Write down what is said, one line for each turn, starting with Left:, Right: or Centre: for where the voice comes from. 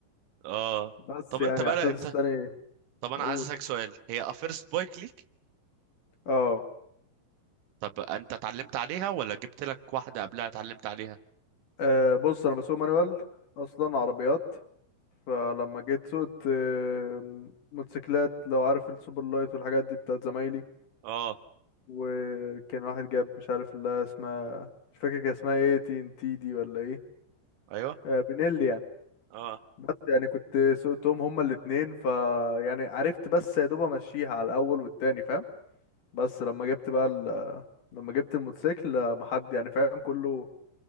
Right: اه
Left: بس
Right: طب
Left: يعني
Right: انت بقى
Left: احساس
Right: انت
Left: تاني
Right: طب انا
Left: اقول
Right: عايز اسالك سؤال هي فيرست بايك ليك
Left: اه
Right: طب انت اتعلمت عليها ولا جبت لك واحدة قبلها اتعلمت عليها
Left: أه بص انا بسوق مانوال اصلا عربيات فلما جيت سوقت آه، موتوسيكلات لو عارف السوبر لايت والحاجات دي بتاعت زمايلي
Right: اه
Left: وكان واحد جاب مش عارف اللي اسمها مش فاكر كان اسمها ايه تي ان تي دي ولا ايه
Right: ايوه
Left: آه بنيلي يعني
Right: اه
Left: بس يعني كنت سوقتهم هما الاتنين ف يعني عرفت بس يا دوب امشيها على الاول والتاني فاهم بس لما جبت بقى ال... لما جبت الموتوسيكل آه، محد يعني فاهم كله